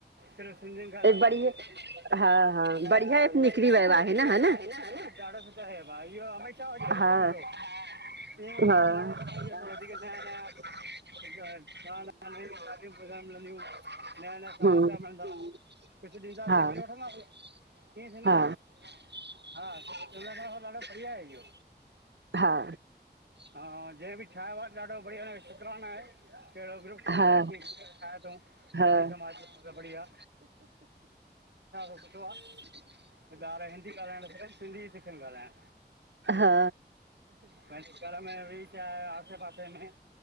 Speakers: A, on the right; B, on the right.
A: सिंधियनि खा अलावा।
B: हे बढ़िया
A: त
B: हा हा
A: तम
B: बढ़िया एप निकिरी
A: बढ़िया
B: वियो
A: एप निकरी
B: न
A: वयो
B: हा
A: आहे न? डाढो सुठो। हे भाई इ हमेशा हुजे त डाढो
B: हा
A: सुठो इ माण्हू-माण्हू
B: हा हा
A: वधीक कां जुड़ंदो त ठ मिलदूं नया-नया
B: हम्म
A: समाचार मिलंदा। कुछ ॾींदासीं,
B: हा
A: कुझु वठंदासीं इअं थींदो
B: हा
A: न हा, ॾाढो बढ़िया आहे इहो
B: हा।
A: हा जंहिं बि ठायो आ, ॾाढो बढ़िया न शुकराना आहे, अहिड़ो ग्रुप
B: हा
A: अलाह कींअ ठायो तउं
B: हा
A: सिंधी समाज में बढिया सुठो आ। ॿार हिंदी ॻाल्हाइण न सिखनि सिंधी सिखनि ॻाल्हाइण
B: हा।
A: पंहिंजे घर में वेई चा आहे, आसे-पासे में